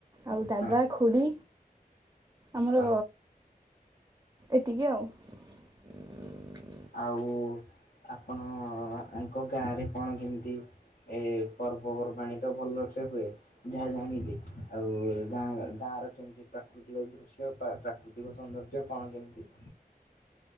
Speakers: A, on the right (about 20°); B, on the left (about 90°).
A: ଆଉ ଦାଦା,
B: ହଁ
A: ଖୁଡ଼ି। ଆମର
B: ହଁ।
A: ଏତିକି ଆଉ। <inaudible>
B: ଆଉ ଆପଣ ଆଙ୍କ ଗାଁରେ କଣ କେମ୍ତି। ଏ ପର୍ବପର୍ବାଣି ତ ଭଲର୍ସେ ହୁଏ। ଯାହା ଜାଣିଲି ଆଉ ଗାଁ ଗାଁର କେମ୍ ତି ପ୍ରାକୃତିକ ଦୃ ଶ୍ୟ ପା ପ୍ରାକୃତିକ ସୌନ୍ଦର୍ଯ୍ୟ କଣ କେମ୍ ତି?